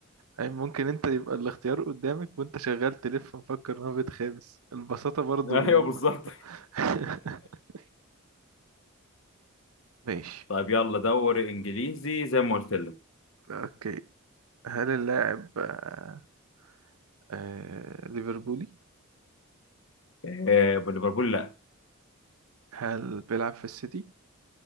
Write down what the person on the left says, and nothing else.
ايوه بالظبط
<laughs> طيب يلا دوري انجليزي زي ما قلت لك
آه، ليفربول لا